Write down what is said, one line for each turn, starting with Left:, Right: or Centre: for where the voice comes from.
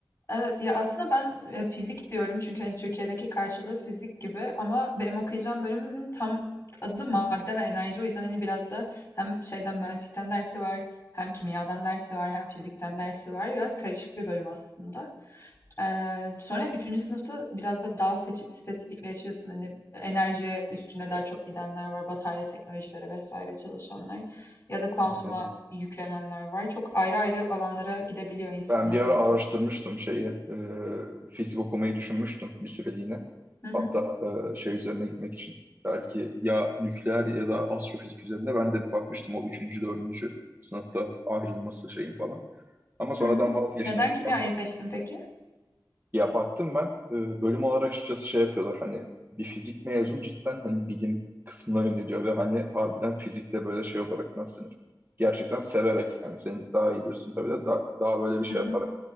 Left: Evet, ya, aslında ben, eee, fizik diyorum çünkü, hani, Türkiye'deki karşılığı fizik gibi ama benim okuyacağım bölümün tam adı madde ve enerji. O yüzden, hani, biraz da hem şeyden, mühendislikten dersi var, hem kimyadan dersi var, hem fizikten dersi var. Biraz karışık bir bölüm aslında. Eee, sonra üçüncü sınıfta biraz da dal seçip spesifikleşiyorsun. Hani, enerji üstüne daha çok gidenler var, batarya teknolojileri vesaire çalışanlar ya da kuantuma
Right: Anladım.
Left: yüklenenler var. Çok ayrı ayrı alanlara gidebiliyor insanlar
Right: Ben bir ara
Left: yani.
Right: araştırmıştım şeyi, e, fizik okumayı düşünmüştüm bir süreliğine.
Left: <laughs>
Right: Hatta e, şey üzerine gitmek için. Belki ya nükleer ya da astrofizik üzerine ben de bir bakmıştım o üçüncü, dördüncü sınıfta ayrılması şeyin falan. Ama sonradan
Left: Hı hı.
Right: vazgeçtim.
Left: Neden kimyayı
Right: Bak
Left: seçtin peki?
Right: Ya baktım ben e, bölüm olarak açıkçası şey yapıyorlar hani bir fizik mezun cidden hani bilim kısmına yöneliyor ve hani harbiden fizikte böyle şey olarak nasıl denir? Gerçekten severek hani sen daha iyi diyorsun tabii de da- daha böyle bir şey
Left: Hı hı.
Right: yaparak